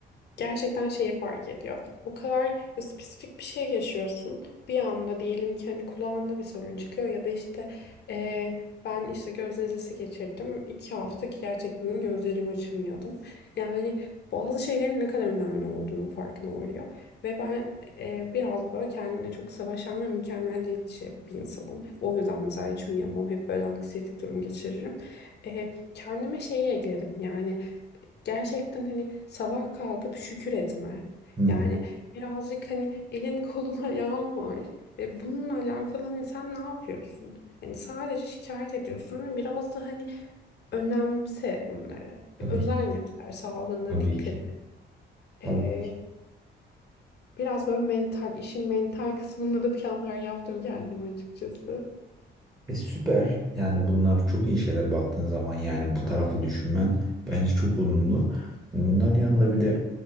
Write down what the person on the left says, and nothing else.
gerçekten şeyi fark ediyor. O kadar böyle spesifik bir şey yaşıyorsun. Bir anda diyelim ki hani kulağında bir sorun çıkıyor ya da işte eee, ben işte göz nezlesi geçirdim. İki hafta gerçekten gözlerimi açamıyordum. Yani bazı şeylerin ne kadar önemli olduğunu farkına varıyor. Ve ben eee, biraz böyle kendimle çok savaşan ve mükemmeliyetçi bir insanım. O yüzden mesela hiç uyuyamam. Hep böyle anksiyetik durum geçiririm. Eee, kendime şeyi ekledim. Yani Gerçekten hani sabah kalkıp şükür etme.
Yani birazcık hani elin kolun ayağın <laughs> var ve bununla alakalı hani sen ne yapıyorsun? Hani sadece şikayet ediyorsun ve biraz da hani önemse bunları.
Bir özen
göster, sağlığına
dikkat
et.
Ee,
biraz böyle mental, işin mental kısmında da planlar yaptım kendim açıkçası.